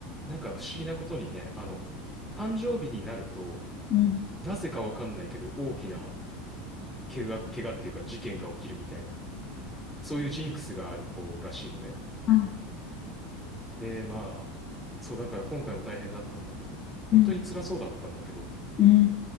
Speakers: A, in the centre; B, on the left.
A: なんか不思議なことにね、あの、誕生日になると、
B: うん。
A: なぜかわかんないけど、大きな怪我、怪我っていうか事件が起きるみたいな、そういうジンクスがある子らしいのね。
B: あ
A: で、まあ、そうだから今回も大変だったんだけど、本当に辛そうだったんだけど、
B: うん。うん。